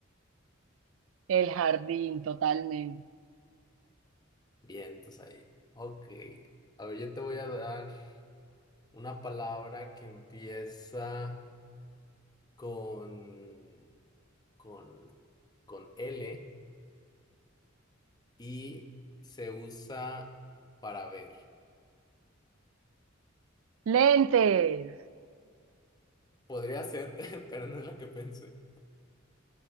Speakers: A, on the right; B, on the left.
A: El jardín, totalmente.
B: Bien, entonces ahí. Ok. A ver, yo te voy a dar una palabra que empieza con, con, con L y se usa para ver.
A: Lentes,
B: Podría ser, <laughs> pero no es la que pensé.